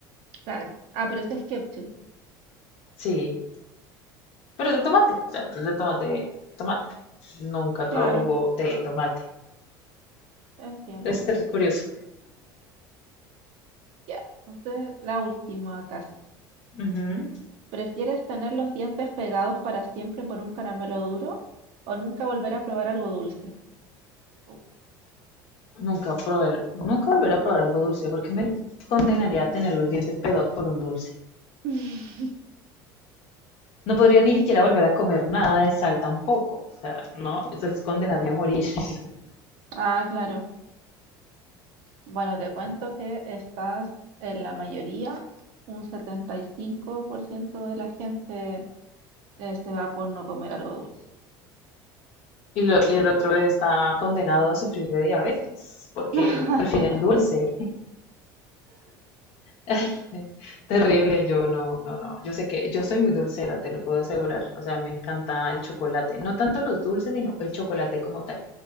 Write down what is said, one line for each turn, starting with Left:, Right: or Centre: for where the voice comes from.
Right: Claro. Ah, pero eso es ketchup.
Left: Sí, pero de tomate, o sea, de tomate, tomate. Nunca he probado
Right: Claro,
Left: jugo de tomate.
Right: entiendo,
Left: Debe
Right: entiendo.
Left: ser curioso.
Right: Ya, entonces la última casi.
Left: Ujú.
Right: ¿Prefieres tener los dientes pegados para siempre por un caramelo duro o nunca volver a probar algo dulce? Uh.
Left: Nunca probar, nunca volver a probar algo dulce, porque me condenaría a tener los dientes pegados por un dulce.
Right: <laughs>
Left: No podría ni siquiera volver a comer nada de sal tampoco. O sea, no, eso es condenarme a morir. <laughs>
Right: Ah, claro. Bueno, te cuento que estás en la mayoría, un 75% de la gente eh, se va por no comer algo dulce.
Left: Y, lo, y el otro está condenado a sufrir de diabetes porque
Right: <laughs>
Left: prefieren dulce. <laughs> Terrible, yo no, no, no. Yo sé que yo soy muy dulcera, te lo puedo asegurar. O sea, me encanta el chocolate. No tanto los dulces, sino el chocolate como tal.